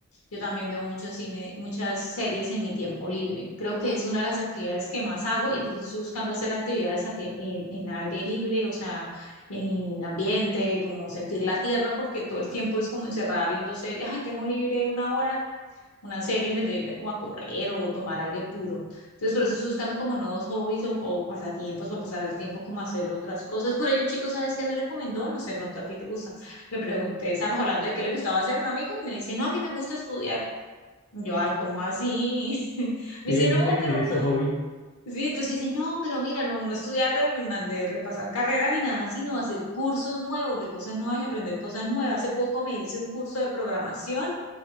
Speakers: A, on the left; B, on the left.
A: yo también veo mucho cine, muchas series en mi tiempo libre. Creo que es una de las actividades que más hago y por eso estoy buscando hacer actividades a tie- en, en aire libre, o sea, en el ambiente, como sentir la tierra, porque todo el tiempo es como encerrada viendo series. Ay, tengo libre una hora. una serie en vez de irme como a correr o tomar aire puro. Entonces, por eso estoy buscando como nuevos hobbies o, o pasatiempos o pasar el tiempo como a hacer otras cosas. Por ahí un chico, ¿sabes qué me recomendó? No sé, pronto a ti te gusta. Le pregunté, estábamos hablando de qué le gustaba hacer un amigo y me dice, no, a mí me gusta estudiar. Y Yo, ay, ¿cómo así? <laughs> Me
B: Sí,
A: dice,
B: hay
A: no,
B: gente que
A: pero,
B: tiene ese hobby.
A: sí, entonces dice, no, pero mira, no, no estudiar de, de repasar carrera ni nada, sino hacer cursos nuevos, de cosas nuevas y aprender cosas nuevas. Hace poco me hice un curso de programación